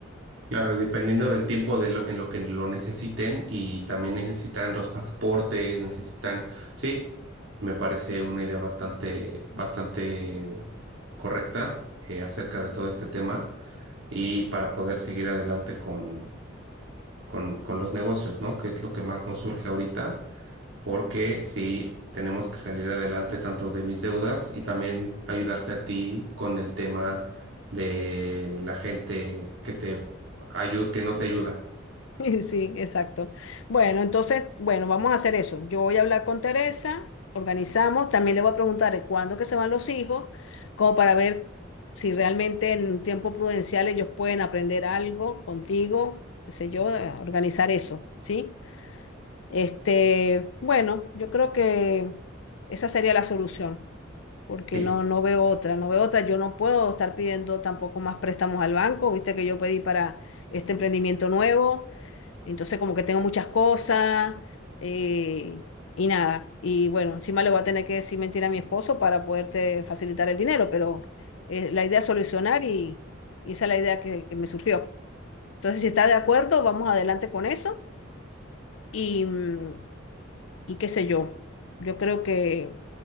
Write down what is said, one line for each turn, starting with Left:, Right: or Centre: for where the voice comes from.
Right: Claro, dependiendo del tiempo de lo- en lo que lo necesiten y también necesitan los pasaportes, necesitan, sí, me parece una idea bastante, bastante correcta eh, acerca de todo este tema y para poder seguir adelante con, con, con los negocios, ¿no? Que es lo que más nos surge ahorita porque sí tenemos que salir adelante tanto de mis deudas y también ayudarte a ti con el tema de la gente que te ayu- que no te ayuda.
Left: <laughs> Sí, exacto. Bueno, entonces, bueno, vamos a hacer eso. Yo voy a hablar con Teresa, organizamos, también le voy a preguntar de cuándo que se van los hijos, como para ver si realmente en un tiempo prudencial ellos pueden aprender algo contigo, qué sé yo, eh, organizar eso, ¿sí? Este, bueno, yo creo que esa sería la solución, porque
Right: Sí,
Left: no, no veo otra, no veo otra. Yo no puedo estar pidiendo tampoco más préstamos al banco, viste que yo pedí para este emprendimiento nuevo entonces como que tengo muchas cosas eh, y nada. Y bueno, encima le voy a tener que decir mentira a mi esposo para poderte facilitar el dinero, pero eh, la idea es solucionar y, y esa es la idea que, que me surgió. Entonces, si está de acuerdo, vamos adelante con eso y, mm, y qué sé yo. Yo creo que